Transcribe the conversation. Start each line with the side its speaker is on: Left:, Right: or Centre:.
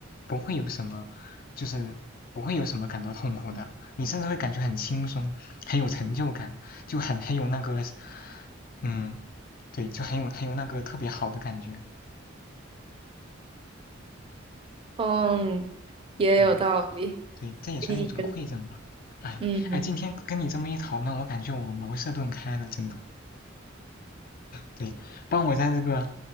Left: 不会有什么，就是不会有什么感到痛苦的。你甚至会感觉很轻松，很有成就感，就很很有那个，嗯，对，就很有很有那个特别好的感觉，
Right: 嗯，也有道理。
Left: 嗯。对，这也算一种馈赠吧。
Right: 你
Left: 哎哎，
Right: 嗯，
Left: 今天跟你这么一讨论，我感觉我茅塞顿开了，真的。对，帮我在这个，